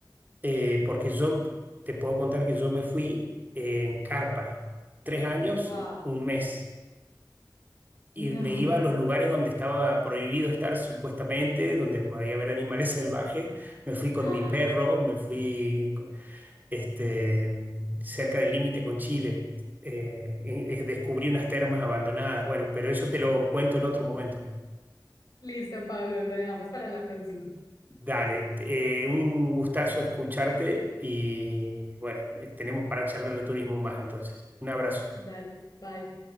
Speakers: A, on the right; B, on the left.
A: eh, porque yo te puedo contar que yo me fui eh, en carpa tres años,
B: Wow,
A: un mes, y
B: no.
A: me iba a los lugares donde estaba prohibido estar supuestamente, donde podía haber animales <laughs> salvajes. Me fui con
B: <gasps>
A: mi perro, me fui este, cerca del límite con Chile. Eh, eh, eh, descubrí unas termas abandonadas. Bueno, pero eso te lo cuento en otro momento.
B: Listo, Pablo, lo dejamos para la próxima.
A: Dale, eh, un gustazo escucharte y bueno, eh, tenemos para charlar de turismo más entonces. Un abrazo.
B: Dale, bye.